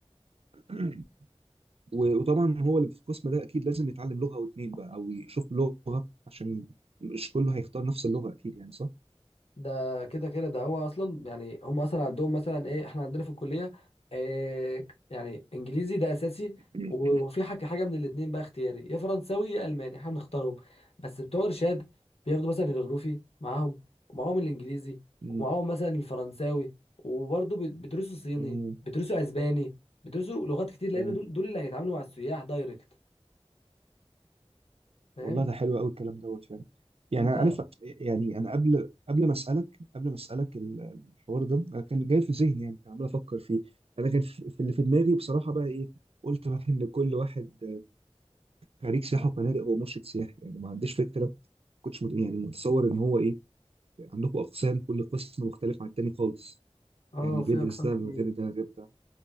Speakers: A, on the right; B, on the left.
A: <clears throat> و- وطبعا هو اللي في القسم ده اكيد لازم يتعلم لغه او اتنين بقى او يشوف لغه عشان مش كله هيختار نفس اللغه اكيد يعني صح؟
B: ده كده كده ده هو اصلا يعني هم اصلا عندهم مثلا ايه احنا عندنا في الكليه إيه يعني انجليزي ده اساسي
A: <clears throat>
B: وفي حاجه حاجه من الاتنين بقى اختياري يا فرنساوي يا الماني احنا بنختارهم بس بتوع ارشاد بياخدوا مثلا الجغرافي معاهم ومعاهم الانجليزي
A: مم.
B: ومعاهم مثلا الفرنساوي وبرضه بي- بيدرسوا صيني
A: مم.
B: بيدرسوا اسباني بيدرسوا لغات كتير لان
A: آه.
B: دول دول اللي هيتعاملوا مع السياح دايركت فاهم
A: والله ده حلو قوي الكلام دوت فعلا يعني
B: انت
A: انا عارف يعني انا قبل قبل ما اسالك قبل ما اسالك ال- الحوار ده انا كان جاي في ذهني يعني كان عمال افكر فيه انا كان في في اللي في دماغي بصراحه بقى ايه قلت بقى ان كل واحد خريج سياحه وفنادق هو مرشد سياحي يعني ما عنديش فكره كنتش مت- يعني متصور ان هو ايه عندكم اقسام كل قسم مختلف عن التاني خالص
B: اه
A: يعني
B: في
A: بيدرس
B: اقسام
A: ده
B: كتير
A: من غير ده غير ده